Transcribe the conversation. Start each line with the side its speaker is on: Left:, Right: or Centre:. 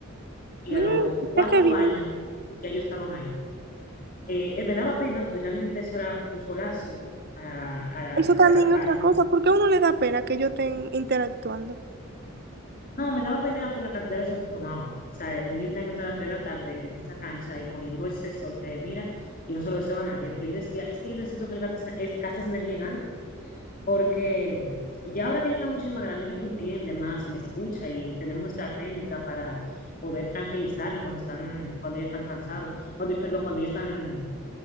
Left: y
Right: Mm,
Left: a los cuatro
Right: mira qué bien.
Left: años ya yo estaba ahí. Eh, eh, me daba pena porque realmente eso era con un solazo a, a las
Right: Eso
Left: tres
Right: también
Left: de la tarde.
Right: es otra cosa, porque a uno le da pena que ellos estén interactuando.
Left: No, me daba pena era por la cantidad de sol que tomaba. O sea, el niño tenía que estar a las tres de la tarde en esa cancha y cogiendo ese sol que mira, que yo no se lo deseo a nadie, pero yo decía, es que yo necesito que él gaste, esa- es- gaste esa energía en algo. porque ya ahora que yo está mucho más grande, ellos me entienden más y me escucha y tenemos nuestra técnica para poder tranquilizarlo cuando están, cuando ellos están cansados, cuando, perdón, cuando ellos están